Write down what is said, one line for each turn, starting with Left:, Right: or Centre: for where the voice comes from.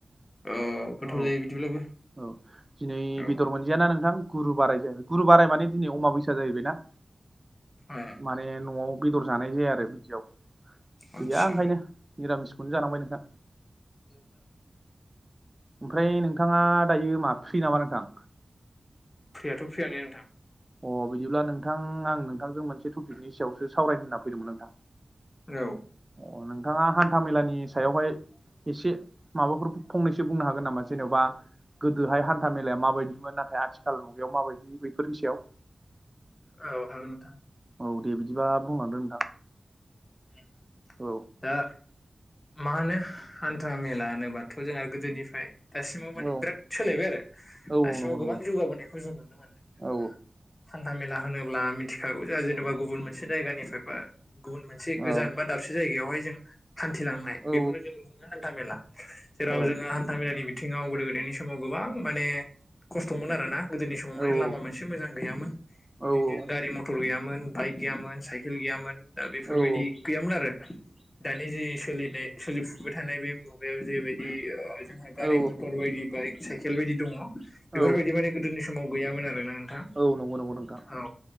Left: ओ गोथाव
Right: औ
Left: जायो बिदिब्लाबो।
Right: औ दिनै
Left: औ
Right: बेदर मोनजायाना नोंथां गुरु बाराय जाहैबाय गुरु बाराय माने दिनै अमाबैसा जाहैबायना।
Left: ए
Right: माने न'आव बेदर जानाय जाया आरो बिदियाव गैया
Left: आदसा
Right: ओंखायनो। निरामिसखौनो जानांबाय नोंथां।
Left: <inaudible>
Right: ओमफ्राय नोंथाङा दायो मा फ्रि नामा नोंथां?
Left: फ्रियाथ' फ्रियानो नोंथां।
Right: अ बिदिब्ला नोंथां आं नोंथांजों मोनसे टपिकनि सायावसो सावरायनो होनना फैदोंमोन नोंथां।
Left: औ।
Right: अ नोंथाङा हान्था मेलानि सायावहाय एसे माबाफोर फंनैसो बुंनो हागोन नामा जेन'बा गोदोहाय हान्था मेलाया माबायदिमोन नाथाय आथिखाल मुगायाव माबायदि बेैफोरनि सायाव।
Left: औ हागोन नोंथां।
Right: औ दे बिदिबा बुंलांदो नोंथां।
Left: <inaudible>
Right: औ
Left: दा मा होनो हान्था मेला होनोब्लाथ' जोंहा गोदोनिफ्राय दासिमाव माने
Right: औ
Left: बिराद सोलायबाय आरो
Right: औ
Left: दासिमाव
Right: औ नंगौ
Left: गोबां
Right: नंगौ
Left: जौगाबोनायखौ जों नुनो मोनदों जोंहा
Right: औ
Left: हान्था मेला होनोब्ला मिथिखागौ जोंहा जेनेबा गुबुन मोनसे जायगानिफ्रायबा मोनसे
Right: औ
Left: गोजान बा दाबसे जायगायावहाय जों हान्थिलांनाय
Right: औ
Left: बेखौनो जों बुङो हान्था मेला जेराव
Right: औ
Left: जोङो हान्था मेलानि बिथिङाव गोदो गोदायनि समाव गोबां माने खस्थमोन आरोना गोदोनि समाव माने
Right: औ
Left: लामा मोनसे मोनसे मोजां गैयामोन बिदिनो
Right: औ
Left: गारि मथर गैयामोन बाइक गैयामोन साइकेल गैयामोन दा बेफोरबायदि
Right: औ औ
Left: गैयामोन आरो दानि जि सोलिनाय सोलिफुबाय थानाय बे मुगायाव जेबायदि ओ जोंहा
Right: औ
Left: गारि
Right: औ
Left: मथर बायदि बाइक साइकेल बायदि दङ बेफोरबायदि
Right: औ
Left: माने गोदोनि समाव गैयामोन आरोना नोंथां
Right: औ नंगौ नंगौ नोंथां
Left: औ